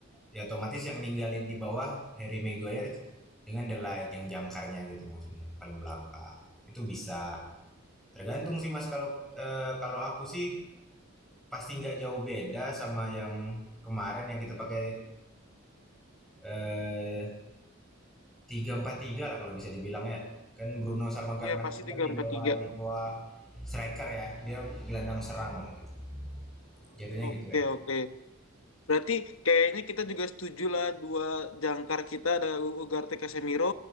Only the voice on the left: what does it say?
Iya pasti
tiga
empat tiga.
Oke
oke. Berarti kayaknya kita juga setuju lah dua jangkar kita ada U- Ugarte Casemiro,